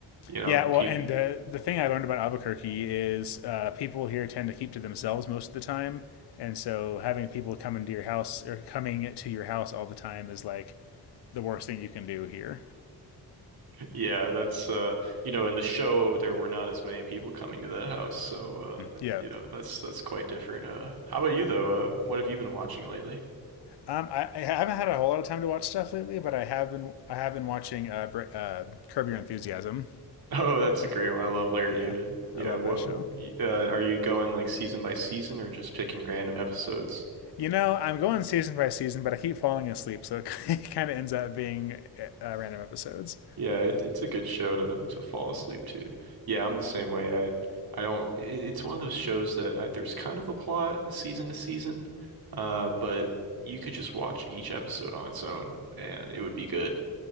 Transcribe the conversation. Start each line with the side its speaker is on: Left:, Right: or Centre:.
Right: You know,
Left: Yeah, well,
Right: people
Left: and uh, the thing I learned about Albuquerque is uh, people here tend to keep to themselves most of the time, and so having people come into your house or coming to your house all the time is like the worst thing you can do here.
Right: Yeah, that's uh you know in the show there were not as many people coming to that house, so uh
Left: Yeah,
Right: you know that's that's quite different. Uh how about you though? Uh what have you been watching lately? <laughs>
Left: um, I, I haven't had a whole lot of time to watch stuff lately, but I have been I have been watching uh, uh, Curb Your Enthusiasm.
Right: Oh, that's a great one. I love Larry
Left: Yeah,
Right: David. Yeah,
Left: I love
Right: what
Left: that show.
Right: uh are you going like season by season or just picking random episodes?
Left: You know, I'm going season by season, but I keep falling asleep, so it <laughs> kind of ends up being uh, random episodes.
Right: Yeah, it, it's a good show to to fall asleep to. Yeah, I'm the same way. I I don't. It, it's one of those shows that I, there's kind of a plot season to season, uh, but you could just watch each episode on its own and it would be good.